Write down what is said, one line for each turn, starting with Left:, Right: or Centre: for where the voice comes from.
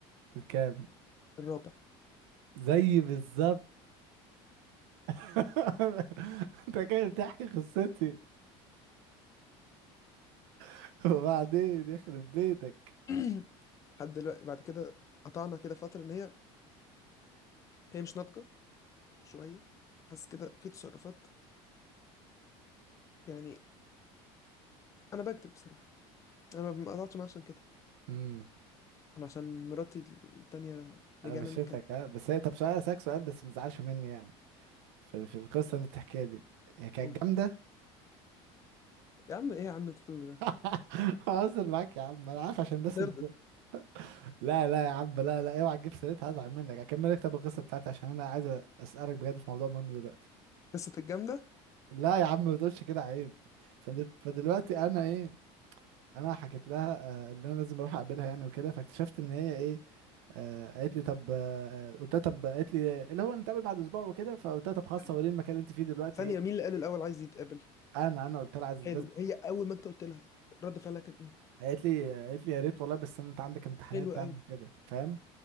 Right: كام
Left: الرابع
Right: زي بالظبط <laughs> انت كده بتحكي قصتي <laughs> وبعدين يخرب بيتك
Left: <clears throat> لحد دلوقتي بعد كده قطعنا كده فترة ان هي هي مش ناضجة شوية حاسس كده في تصرفات يعني انا بكتب بصراحة انا ما قطعتش معاها عشان كده
Right: امم
Left: انا عشان مراتي التانية رجعنا
Right: قفشتك
Left: نتكلم
Right: ها بس هي طب سؤال اسالك سؤال بس ما تزعلش مني يعني في, في القصه اللي انت بتحكيها دي هي كانت
Left: قول
Right: جامده
Left: يا عم ايه يا عم تقول ده
Right: <laughs> هزر معاك يا عم انا عارف عشان
Left: انت
Right: بس
Left: ترضى
Right: الموضوع لا لا يا عم لا لا اوعى تجيب سيرتها هزعل منك اكمل لك طب القصه بتاعتي عشان انا عايز اسالك بجد في موضوع مهم دلوقتي
Left: قصة الجامدة
Right: لا يا عم ما تقولش كده عيب فدل... فدلوقتي انا ايه انا حكيت لها آه، اللي انا لازم اروح اقابلها يعني وكده فاكتشفت ان هي ايه آه، قالت لي طب آه، قلت لها طب قالت لي اللي هو نتقابل بعد اسبوع وكده فقلت لها طب خلاص
Left: حلو
Right: وريني المكان اللي انت فيه دلوقتي
Left: ثانية
Right: ايه
Left: مين اللي قال الاول عايز يتقابل
Right: انا انا قلت لها عايز
Left: حلو
Right: لازم
Left: هي اول ما انت قلت لها رد فعلها كان ايه
Right: قالت لي قالت لي يا ريت والله بس انت عندك امتحانات
Left: حلو
Right: يعني
Left: قوي
Right: وكده فاهم